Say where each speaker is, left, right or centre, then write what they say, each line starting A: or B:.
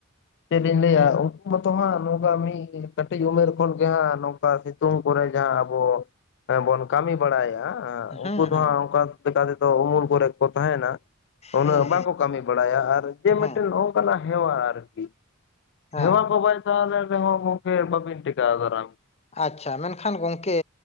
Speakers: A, on the left; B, on the left.
A: ᱪᱮᱫ ᱞᱤᱧ ᱞᱟᱹᱭᱟ
B: ᱦᱮᱸ
A: ᱢᱟᱛᱚ ᱦᱟᱸᱜ ᱱᱚᱝᱠᱟ ᱢᱤᱫ ᱠᱟᱹᱴᱤᱡ ᱩᱢᱮᱨ ᱠᱷᱚᱱ ᱜᱮ ᱦᱟᱸᱜ ᱱᱚᱝᱠᱟ ᱥᱤᱛᱩᱝ ᱠᱚᱨᱮ ᱡᱟᱦᱟᱸ ᱟᱵᱚ ᱦᱮᱸ ᱵᱚᱱ ᱠᱟᱹᱢᱤ ᱵᱟᱲᱟᱭᱟ
B: ᱦᱮᱸ
A: ᱩᱱᱠᱩ ᱫᱚ
B: ᱦᱮᱸ
A: ᱦᱟᱸᱜ, ᱚᱱᱠᱟ ᱞᱮᱠᱟ ᱛᱮᱫᱚ ᱩᱢᱩᱞ ᱠᱚᱨᱮ ᱠᱚ ᱛᱟᱦᱮᱱᱟ᱾ ᱩᱱᱟᱹᱜ
B: ᱦᱮᱸ
A: ᱦᱚ ᱵᱟᱝ᱾ ᱠᱚ ᱠᱟᱹᱢᱤ ᱵᱟᱲᱟᱭᱟ ᱟᱨ, ᱡᱮ
B: ᱦᱮᱸ
A: ᱢᱤᱫᱴᱮᱱ ᱱᱚᱜᱠᱟ ᱦᱮᱣᱟ ᱟᱨᱠᱤ,
B: ᱦᱮᱸ
A: ᱦᱮᱣᱟ <unintelligible> <unintelligible> <unintelligible> ᱛᱟᱦᱚᱞᱮ ᱟᱵᱤᱱ ᱦᱚ ᱜᱚᱝᱠᱮ ᱵᱟᱵᱩᱱ ᱴᱮᱠᱟᱣ ᱫᱟᱨᱟᱢ
B: ᱟᱪᱪᱷᱟ ᱢᱮᱱᱠᱷᱟᱱ ᱜᱚᱝᱠᱮ